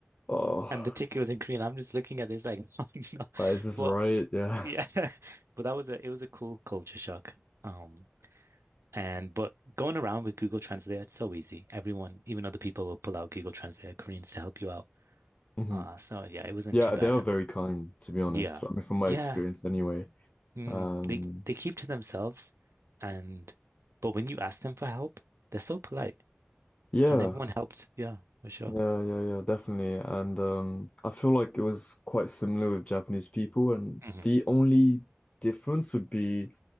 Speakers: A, on the left (about 30°); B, on the right (about 80°).
A: Oh,
B: and the ticket was in Korean. I'm just looking at this like, <laughs> oh no.
A: like, is this
B: But
A: right? Yeah.
B: yeah, <laughs> but that was a it was a cool culture shock. Um and but going around with Google Translate, it's so easy. Everyone, even other people will pull out Google Translate Koreans to help you out.
A: <laughs> hmm
B: Uh so yeah, it wasn't
A: Yeah,
B: too bad.
A: they are
B: And
A: very kind, to be honest.
B: yeah.
A: I mean, from my
B: Yeah,
A: experience anyway.
B: Mm,
A: Um,
B: they they keep to themselves and but when you ask them for help, they're so polite
A: yeah.
B: and everyone helped. Yeah, for sure.
A: Yeah, yeah, yeah, definitely. And um, I feel like it was quite similar with Japanese people, and
B: hmm
A: the only difference would be